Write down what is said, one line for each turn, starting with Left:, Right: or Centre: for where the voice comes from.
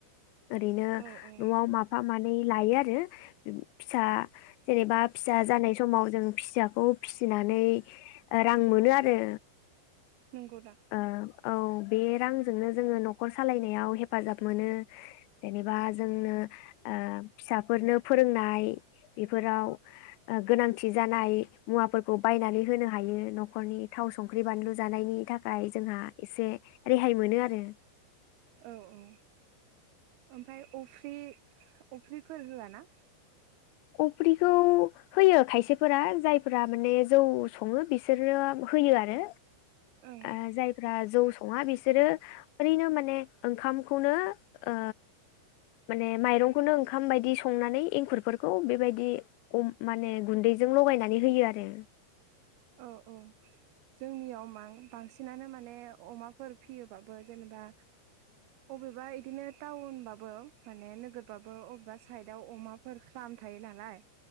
Left: ओरैनो
Right: औ औ
Left: न'आव माफा मानै थायो आरो फिसा जेनेबा फिसा जानाय समाव जों फिसाखौ फिसिनानै ओ रां मोनो आरो
Right: नंगौदा
Left: ओ औ बे रांजोंनो जोङो नखर सालायनायाव हेफाजाब मोनो जेनेबा जोंनो ओ फिसाफोरनो फोरोंनाय बेफोराव गोनांथि जानाय मुवाफोरखौ बायनानै होनो हायो नखरनि थाव संख्रि बानलु जानायनि था खाय जोंहा एसे रेहाय मोनो आरो
Right: औ औ ओमफाय अफ्रि अफ्रिफोर होआ ना
Left: अफ्रिखौ होयो खायसेफोरा जायफोरा माने जौ सङो बिसोरो होयो आरो
Right: ओं
Left: ओ जायफ्रा जौ सङा बिसोरो ओरैनो माने ओंखामखौनो ओ माने माइरंखौनो ओंखाम बायदि संनानै एंखुरफोरखौ बेबायदि अम माने गुन्दैजों लगायनानै होयो आरो
Right: औ औ जोंनियाव मां बांसिनानो माने अमाफोर फियोबाबो जेनेबा अबेबा इदिनो टाउनबाबो माने नोगोरबाबो अबेबा साइदाव अमाफोर फाम थायो नालाय